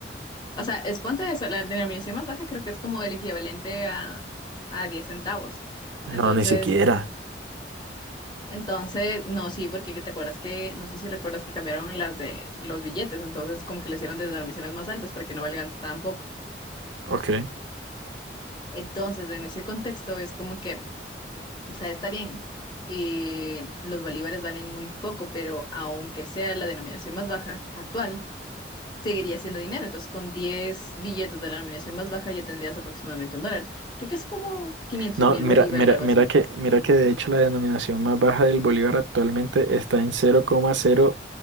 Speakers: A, on the left; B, on the right.
A: o sea, es ponte eso, la denominación más baja creo que es como el equivalente a, a 10 centavos.
B: no,
A: Entonces,
B: ni siquiera.
A: Entonces, no, sí, porque te acuerdas que, no sé si recuerdas que cambiaron las de los billetes, entonces como que le hicieron desde transmisiones más altas para que no valgan tan poco.
B: Ok.
A: Entonces, en ese contexto es como que, o sea, está bien, eh, los bolívares valen muy poco, pero aunque sea la denominación más baja actual, seguiría siendo dinero. Entonces, con 10 billetes de la denominación más baja ya tendrías aproximadamente un dólar. Creo que es como quinientos
B: No,
A: mil
B: mira,
A: bolívares,
B: mira,
A: algo
B: mira
A: así,
B: que, mira que de hecho la denominación más baja del bolívar actualmente está en cero cero coma cero